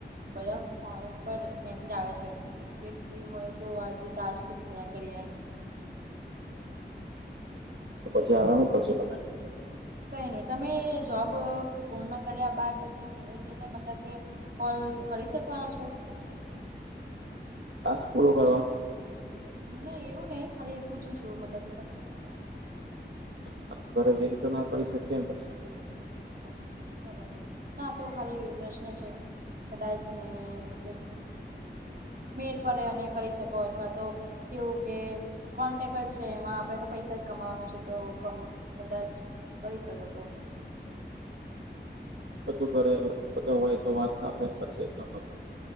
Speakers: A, on the right (about 55°); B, on the right (about 75°).
A: બધા ફોન પર મેસેજ આવે છે કે ફ્રી હોય તો આજે ટાસ્ક પૂરા કરીએ એમ, હમ્મ.
B: તો પછી આવ્યા હુ કરશે તમે.
A: કઈ નહી તમે જોબ પૂર્ણ કર્યા બાદ પછી ઘરે જઈને મતલબ કે- - કોલ કરી શકવાના છો.
B: ટાસ્ક પૂરો કરવા?
A: નહી એવું નઈ ખાલી પૂછું છું મતલબ કે કરી શકશો એમ.
B: <inaudible> ઘરે જઈને તો ના કરી શકીએન પછી.
A: અચ્છા બરાબર, ના આતો ખાલી પ્રશ્ન છે. કદાચ ને કોઈક મેર પડે અને કરી શકો અથવા તો કેવું કે કોન્ટેક છે એમાં આપડે તો પૈસા જ કમાવાનું છે તો કમ-કદાચ કરી શકો તો
B: બધું ઘરે બધા હોય તો વાત ના થાય પછી એટલા માટે.